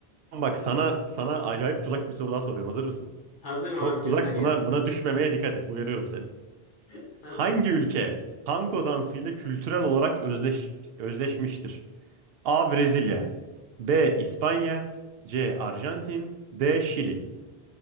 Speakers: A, on the right (about 70°); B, on the left (about 55°).
A: bak sana sana acayip tuzak bir soru daha soruyorum. Hazır mısın?
B: Hazırım
A: Çok
B: abi
A: tuzak.
B: gönder
A: Buna
B: gelsin.
A: buna düşmemeye dikkat et. Uyarıyorum seni.
B: <laughs> Hazırım.
A: Hangi ülke tango dansıyla kültürel olarak özdeş, özleşmiştir? A. Brezilya B. İspanya C. Arjantin D. Şili